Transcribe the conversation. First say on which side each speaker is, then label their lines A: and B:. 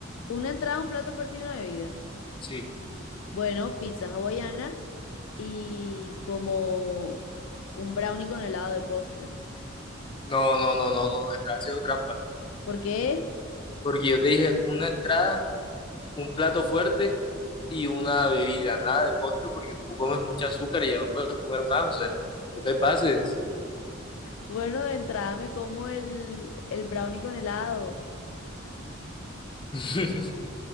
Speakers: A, on the left (about 75°); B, on the left (about 25°).
A: una entrada, un plato fuerte y una bebida.
B: Sí.
A: Bueno, pizza hawaiana y como un brownie con helado de postre.
B: No, no, no, no, no, estás haciendo trampa.
A: ¿Por qué?
B: Porque yo te dije una entrada, un plato fuerte y una bebida, nada de postre porque tú comes mucho azúcar y ya no puedes comer más, o sea, no te pases.
A: Bueno, de entrada me como el, el brownie con helado.
B: <laughs>